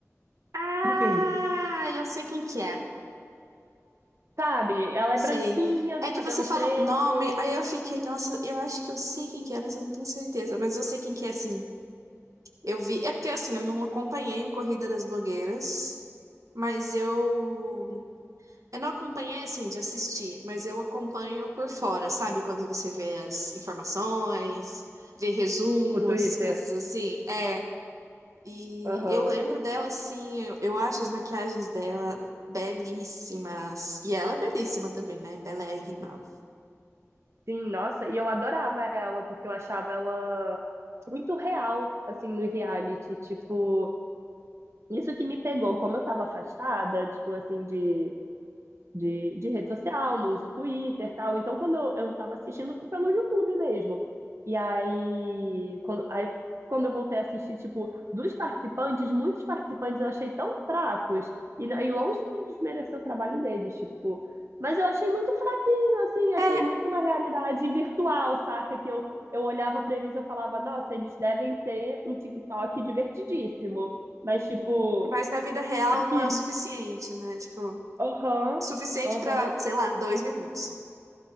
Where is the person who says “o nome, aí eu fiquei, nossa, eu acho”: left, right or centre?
Right